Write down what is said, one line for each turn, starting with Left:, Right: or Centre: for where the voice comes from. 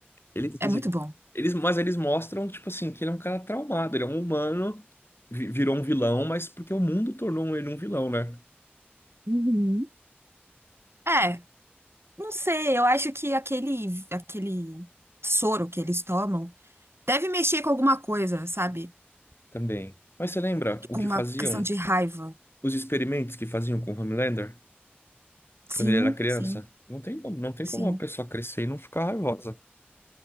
Left: Ele, quer
Right: é
Left: dizer,
Right: muito bom.
Left: eles, mas eles mostram, tipo assim, que ele é um cara traumado, ele é um humano, vi- virou um vilão, mas porque o mundo tornou ele um vilão, né?
Right: Uhum. É, não sei, eu acho que aquele, aquele soro que eles tomam deve mexer com alguma coisa, sabe?
Left: Também. Mas você lembra o
Right: Com
Left: que
Right: uma
Left: faziam,
Right: questão de raiva.
Left: os experimentos que faziam com o Homelander
Right: Sim,
Left: quando ele era criança?
Right: sim,
Left: Não tem como, não tem
Right: sim.
Left: como uma pessoa crescer e não ficar raivosa,